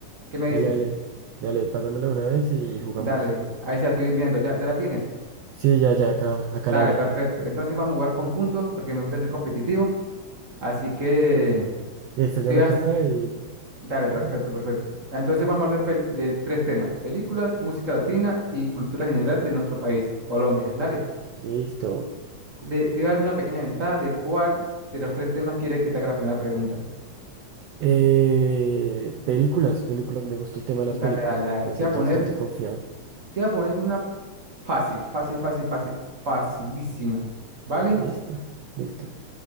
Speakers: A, on the right; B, on the right.
A: ¿Qué me
B: dale,
A: dices?
B: dale, dale, pásamela una vez y, y jugamos.
A: Dale, ahí se la estoy enviando, ¿ya, ya la tienes?
B: Sí, ya, ya, acá, acá
A: Dale,
B: la abrí.
A: perfecto. Entonces vamos a jugar con puntos porque me gusta ser competitivo, así que...
B: Listo, yo
A: te
B: anoto
A: voy a
B: acá y,
A: Dale,
B: y
A: perfecto,
B: vamos.
A: perfecto. Entonces vamos a hablar de, pel- de tres temas, películas, música latina y cultura general de nuestro país, Colombia. Dale,
B: Listo.
A: De- te voy a dar una pequeña ventaja de cuál de los tres temas quiere que te haga la primera pregunta.
B: Eh, películas, películas, me gusta el tema de
A: Dale,
B: las películas.
A: dale, dale.
B: Me
A: Te
B: siento
A: voy a poner,
B: bastante confiado.
A: te voy a poner una fácil, fácil, fácil, fácil, facilísima. ¿Vale?
B: Listo, listo.